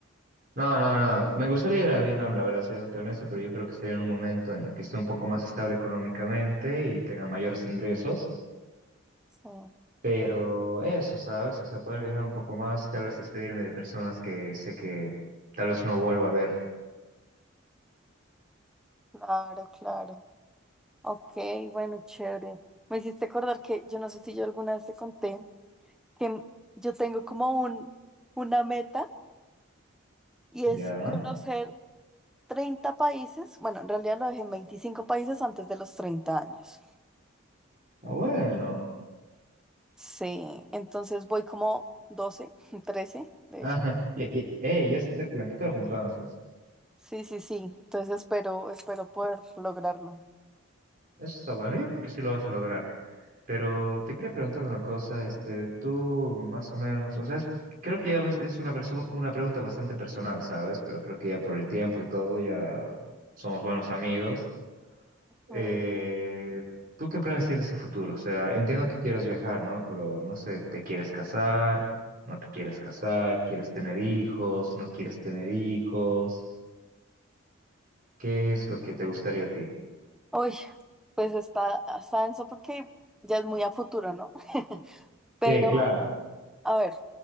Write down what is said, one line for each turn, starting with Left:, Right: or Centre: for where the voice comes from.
Right: No, no, no. Me gustaría ir a Vietnam, la verdad, siendo honesto, pero yo creo que sería en un momento en el que esté un poco más estable económicamente y tenga mayores ingresos.
Centre: Sí,
Right: Pero eso, ¿sabes? O sea, poder viajar un poco más, tal vez despedirme de personas que sé que tal vez no vuelva a ver.
Centre: claro, claro. Ok, bueno, chévere. Me hiciste acordar que yo no sé si yo alguna vez te conté. que yo tengo como un, una meta y
Right: Ya.
Centre: es conocer 30 países, bueno, en realidad lo dejé en 25 países antes de los 30 años.
Right: Ah, bueno.
Centre: Sí, entonces voy como 12 <laughs> 13
Right: <laughs>
Centre: de
Right: Ajá.
Centre: hecho.
Right: ya, ya- eh, ya se está planificado entonces.
Centre: Sí, sí, sí, entonces espero, espero poder lograrlo.
Right: Eso está bueno, yo creo que sí lo vas a lograr. Pero te quería preguntar una cosa, este, tú más o menos, o sea, es- creo que ya ves- es una, perso- una pregunta bastante personal, ¿sabes? Pero creo que ya por el tiempo y todo ya somos buenos amigos. Eh,
Centre: Mm.
Right: ¿tú qué planes tienes a futuro? O sea, entiendo que quieres viajar, ¿no? Pero no sé, ¿te quieres casar? ¿No te quieres casar? ¿Quieres tener hijos? ¿No quieres tener hijos? ¿Qué es lo que te gustaría a ti?
Centre: Uy, pues está, está denso porque ya es muy a futuro, ¿no? <laughs>
Right: Sí,
Centre: pero
Right: claro,
Centre: A ver,